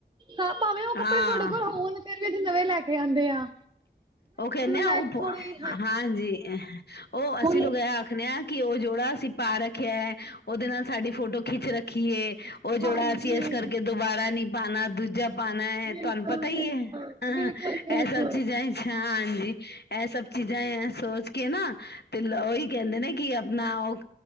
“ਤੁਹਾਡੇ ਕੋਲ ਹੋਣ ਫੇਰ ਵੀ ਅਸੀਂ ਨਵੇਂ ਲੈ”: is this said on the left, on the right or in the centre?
Right